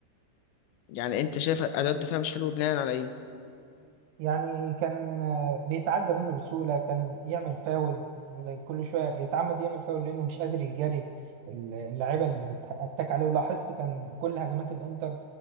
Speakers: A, on the left; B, on the right.
A: يعني انت شايف اداء الدفاع مش حلو بناء على ايه
B: يعني كان آه، بيتعدى منه بسهولة كان يعمل فاول ل- كل شوية يتعمد يعمل فاول لأنه مش قادر يجاري اللعيبة اللي بتتك عليه ولاحظت كان كل هجمات الإنتر